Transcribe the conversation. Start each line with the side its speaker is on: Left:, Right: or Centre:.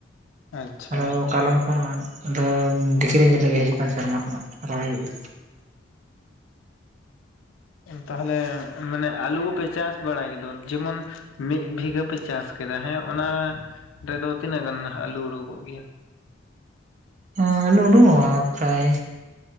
Left: ᱟᱪᱪᱷᱟ
Right: <unintelligible> ᱠᱟᱞᱚᱢ ᱠᱷᱚᱱ ᱫᱚ ᱰᱤᱠᱨᱤ ᱧᱮᱞ ᱞᱟᱹᱜᱤᱫ ᱦᱤᱡᱩᱜ ᱠᱟᱱ ᱥᱮᱨᱢᱟ ᱠᱷᱚᱱᱟᱜ ᱨᱚᱦᱚᱭ ᱦᱩᱭᱩᱜᱼᱟ
Left: ᱛᱟᱦᱟᱞᱮ ᱢᱟᱱᱮ ᱟᱞᱩ ᱯᱮ ᱪᱟᱥ ᱵᱟᱹᱲᱟᱭ ᱜᱮᱫᱚ ᱡᱮᱢᱚᱱ ᱢᱤᱫ ᱵᱤᱜᱷᱟᱹ ᱯᱮ ᱪᱟᱥ ᱠᱮᱫᱟ ᱦᱮᱸ ᱚᱱᱟ ᱨᱮᱫᱚ ᱛᱤᱱᱟᱹᱜ ᱜᱟᱱ ᱟᱞᱩ ᱩᱰᱩᱠᱚᱜ ᱜᱮᱭᱟ
Right: <unintelligible> ᱟᱞᱩ ᱩᱰᱩᱠᱚᱜ ᱯᱨᱟᱭᱮ